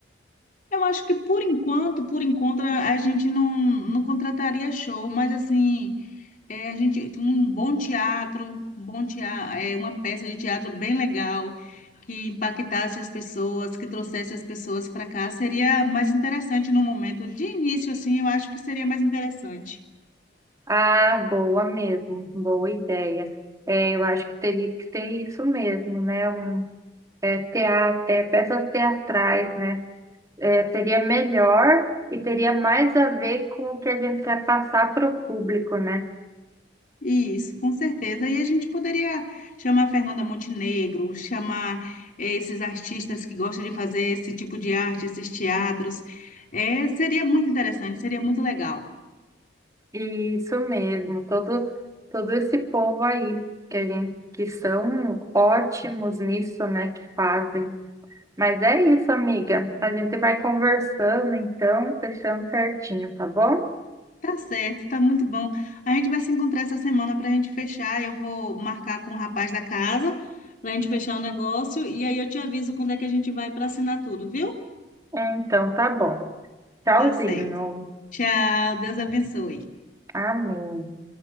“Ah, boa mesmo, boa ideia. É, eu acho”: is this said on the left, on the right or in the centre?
Right